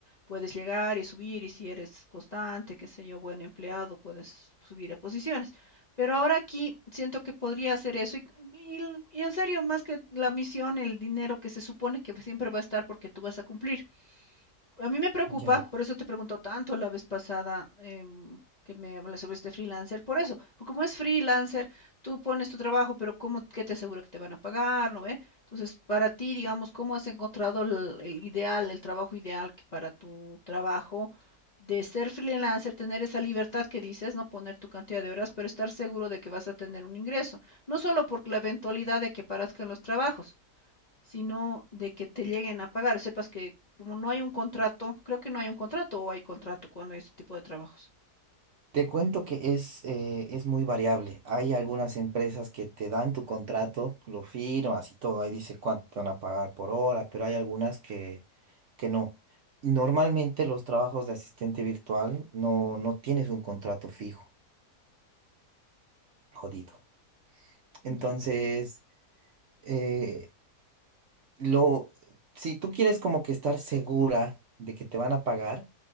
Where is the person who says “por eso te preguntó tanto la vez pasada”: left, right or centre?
Left